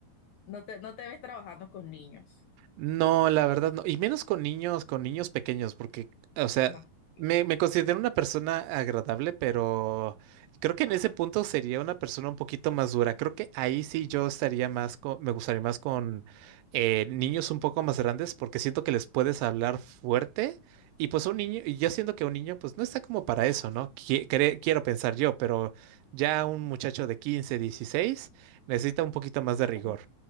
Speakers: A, on the left (about 75°); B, on the right (about 80°).
A: no te, no te ves trabajando con niños,
B: No, la verdad no. Y menos con niños, con niños pequeños, porque, o sea,
A: no, sí,
B: me, me considero una persona agradable, pero creo que en ese punto sería una persona un poquito más dura. Creo que ahí sí yo estaría más con, me gustaría más con eh, niños un poco más grandes, porque siento que les puedes hablar fuerte. Y pues un niño, y yo siento que un niño, pues no está como para eso, ¿no? Qui- cre- quiero pensar yo, pero ya un muchacho de 15, 16 necesita un poquito más de rigor.
A: como,